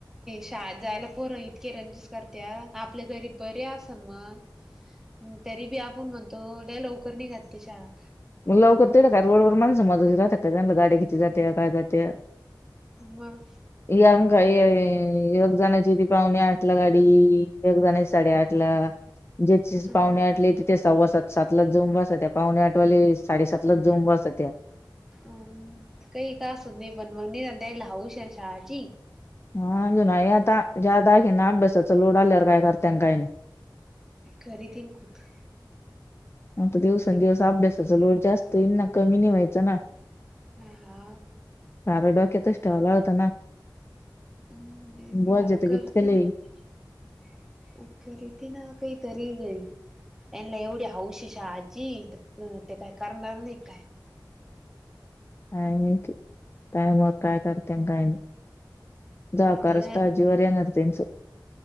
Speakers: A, in the centre; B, on the left (about 30°).
A: शा जायला पूर् इतके रंजस करते आपल्या घरी. बर असन मग तरी बी आपण म्हणतो लवकर नाही घातते शाळेत.
B: मग लवकर ते ट का रोडवर माणसं मजा रातात का त्यांना गा्या किती जात्या काय जात.
A: मग
B: यांग काय. एकग जणाची ती पाहुणे आठ ला गाडी एकग जणची साडेआठ ला. ज्याथ
A: हा
B: पाहुणे आठले तिथ सव्वासात सातला जोन बसा त्या पाहुणे आठवाले. साडेसात लाच जऊम बस त्या्या.
A: अम काही का अस नाही पण मग द्यायला हऊश शाळाची.
B: हा अजुून आता जादा आहेखी ना अभ्यासाचा लोड आल्यावर काय करतना काही नाही.
A: घरी तन खुठ.
B: आता दिवसंदिवस अभ्यासाचा लोड जास्त येईन ना कमी नि व्हायचं ना.
A: अ हा.
B: मार डॉक येत इवला होता ना.
A: म्
B: बोज
A: मला
B: येतं
A: करते
B: कितकं लई
A: ना करीती ना काही. तरी ग त्यांना एवढी अवशेष ह आजी ते काय करणार नाही काय.
B: काय माहिती, काय मग कायम कारत्या आन काय नाही. जावा
A: आता
B: का रसत्यावर जीवावर येणार त्यांच.